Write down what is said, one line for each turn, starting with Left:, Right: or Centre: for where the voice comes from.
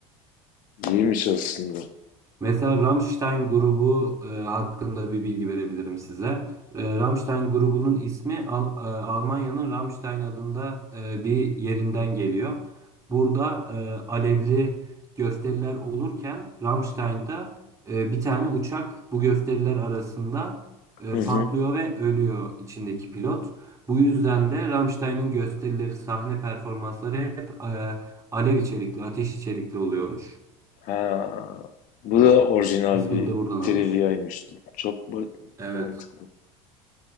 Left: iyiymiş aslında.
Right: Mesela Rammstein grubu e, hakkında bir bilgi verebilirim size. E, Rammstein grubunun ismi Al- e, Almanya'nın Rammstein adında e, bir yerinden geliyor. Burada e, alevli gösteriler olurken Rammstein'da e, bir tane uçak bu gösteriler arasında e,
Left: Hı hı.
Right: patlıyor ve ölüyor içindeki pilot. Bu yüzden de Rammstein'in gösterileri, sahne performansları hep e, alev içerikli, ateş içerikli oluyormuş.
Left: Ha, bu da orijinal
Right: İsmini
Left: bir
Right: de buradan
Left: triviaymış.
Right: almış.
Left: Çok ba-
Right: Evet.
Left: mantıklı.